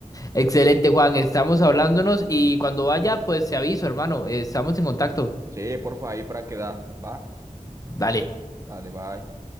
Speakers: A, on the left (about 25°); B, on the right (about 25°).
A: Excelente, Juan, estamos hablándonos y cuando vaya, pues te aviso, hermano, eh, estamos en contacto.
B: Sí, porfa, ahí para quedar, ¿va?
A: vale
B: Dale, bye.